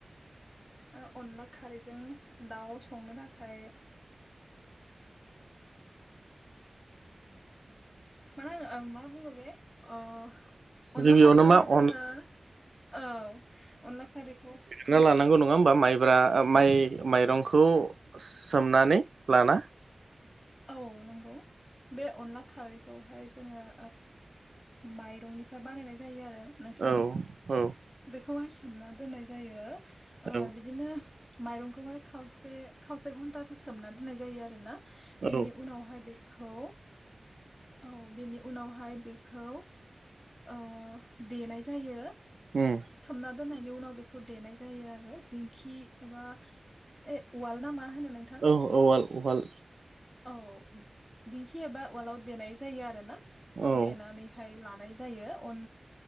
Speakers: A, on the left (about 25°); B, on the right (about 80°).
A: ओ अनला खारैजों दाउ संनो थाखाय <unintelligible> मा बुङो बे अनला
B: गिबियावनो
A: खारैखौहाय
B: मा
A: जोङो
B: अन
A: औ अनला खारैखौ
B: ना लानांगौ नङा होमबा माइब्रा माइ माइरंखौ सोमनानै लाना
A: औ नंगौ बे अनला खारैखौहाय जोङो माइरंनिफ्राय बानायनाय जायो आरो नोंथां
B: औ औ
A: बेखौहाय सोमना दोननाय जायो
B: औ
A: बिदिनो माइरंखौहाय खावसे खावसे घन्टासो सोमना दोननाय जायो आरो ना
B: औ
A: बिनि उनावहाय बे खौ औ बेनि उनावहाय बेखौ ओ देनाय जायो
B: ओम
A: सोमना दोननायनि उनाव बेखौ देनाय जायो आरो दिंखि एबा ए उवाल ना मा होनो नोंथां
B: औ औ उवाल अवाल
A: औ दिंखि एबा उवालाव देनाय जायो आरो ना
B: औ
A: देनानै हाय लानाय जायो अन